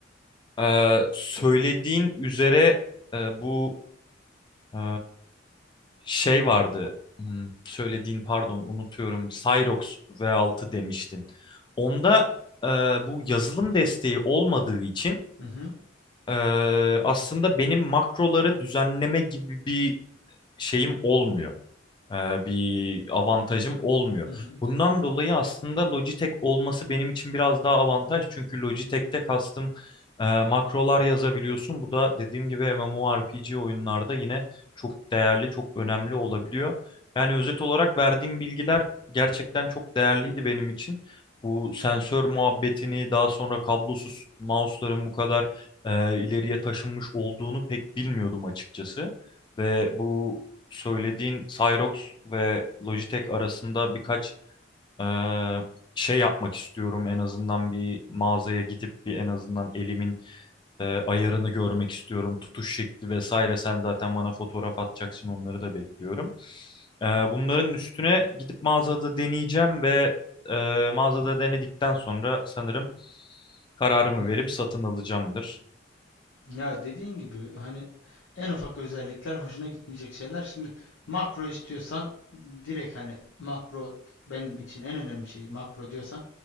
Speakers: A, on the left; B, on the left.
A: E, söylediğin üzere e, bu e, Şey vardı. hmm, söylediğin pardon unutuyorum. Cyrox V6 demiştin. Onda e, bu yazılım desteği olmadığı için
B: Hı hı,
A: e, aslında benim makroları düzenleme gibi bir şeyim olmuyor e, bir avantajım olmuyor.
B: hı hı,
A: Bundan dolayı aslında Logitech olması benim için biraz daha avantaj. Çünkü Logitech'te kastım e, makrolar yazabiliyorsun. Bu da dediğim gibi MMORPG oyunlarda yine çok değerli, çok önemli olabiliyor. Yani özet olarak verdiğim bilgiler gerçekten çok değerliydi benim için. Bu sensör muhabbetini daha sonra kablosuz mouse'ların bu kadar e, ileriye taşınmış olduğunu pek bilmiyordum açıkçası. Ve bu söylediğin Cyrox ve Logitech arasında birkaç eee, şey yapmak istiyorum. En azından bir mağazaya gidip bir en azından elimin eee, ayarını görmek istiyorum. Tutuş şekli vesaire. Sen zaten bana fotoğraf atacaksın. Onları da bekliyorum. Eee, bunların üstüne gidip mağazada deneyeceğim ve eee, mağazada denedikten sonra sanırım kararımı
B: hı hı.
A: verip satın alacağımdır.
B: Ya dediğin gibi hani en ufak özellikler hoşuna gitmeyecek şeyler. Şimdi makro istiyorsan direkt hani makro benim için en önemli şey makro diyorsan